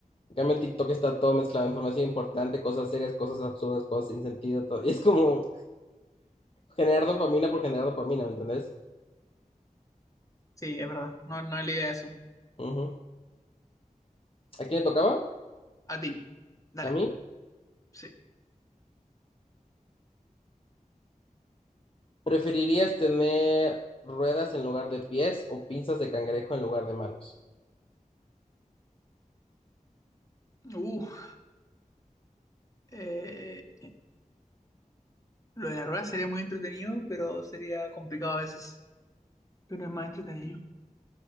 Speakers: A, on the left; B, on the left.
A: En cambio, en TikTok está todo mezclado, información importante, cosas serias, cosas absurdas, cosas sin sentido, todo. Y es como generar dopamina por generar dopamina, ¿me entendés?
B: sí, es verdad, no, no es la idea de eso.
A: Ujú. ¿A quién le tocaba?
B: A ti, dale,
A: ¿A mí?
B: sí.
A: ¿Preferirías tener ruedas en lugar de pies o pinzas de cangrejo en lugar de manos?
B: Uh, eh, lo de la rueda sería muy entretenido, pero sería complicado a veces, pero es más entretenido.